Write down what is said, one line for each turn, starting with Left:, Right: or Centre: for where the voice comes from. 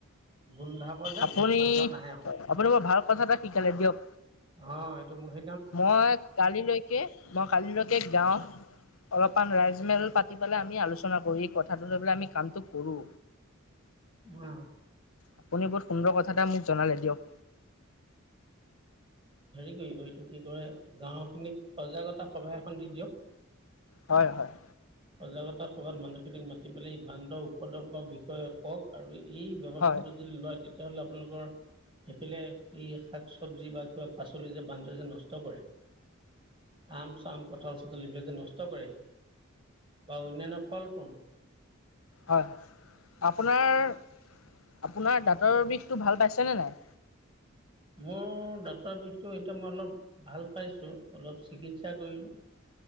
Right: গোন্ধাব যেন
Left: আপুনি
Right: মান্ধৰ নাহে আৰু
Left: আপুনি বৰ ভাল কথা এটা শিকালে দিয়ক
Right: অ এইটো মুখে
Left: মই কালিলৈকে মই কালিলৈকে গাও অলপমান ৰাইজ তজমেল পাতি পেলাই আমি আলোচনা কৰি এই কথাটো লৈ পেলাই আমি কামটো কৰোঁ
Right: গৈছে
Left: আপুনি বহুত সুন্দৰ কথা এটা মোক জনালে দিয়ক
Right: কি কৰিব এইটো কি কৰে গাও খিনিক সজাগতা সভা এখন দি দিয়ক
Left: হয় হয়
Right: সজাগতা সভাত মানুহখিনিক মাতি পেলাই সিমানান্ত উপদ্ৰৱৰ বিষয়ে কওক আৰু এই ব্যবৱস্থা
Left: হয়
Right: যদি লয় তেতিয়াাহ'লে আপোনালোকৰ সেইফালে ই শাক চব্জি বা কিবা পাচলি যে বান্দৰ যে নষ্ট কৰে আম চাম কঠাল চঠাল এইবিলাকে নষ্ট কৰেহি। বা অন্যান্য ফল ফোন
Left: হয় হয় আপোনাৰ আপোনাৰ বটৰ বিষটো ভাল পাইছেনে নাই
Right: মোৰ দাঁতৰ বিষটো এতিয়া মই অলপ ভাল পাইছো অলপ চিকিৎসা কৰিলো